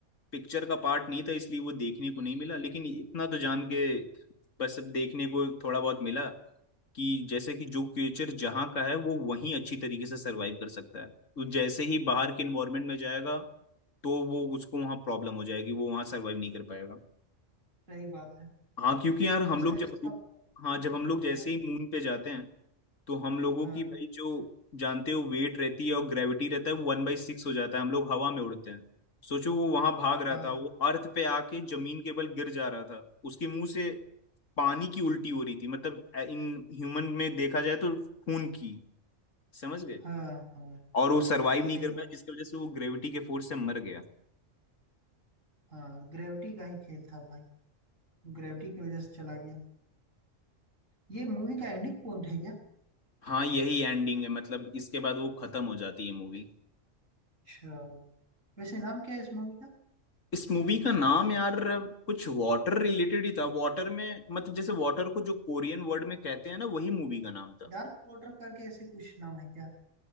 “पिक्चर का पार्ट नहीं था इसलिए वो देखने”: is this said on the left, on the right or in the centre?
Left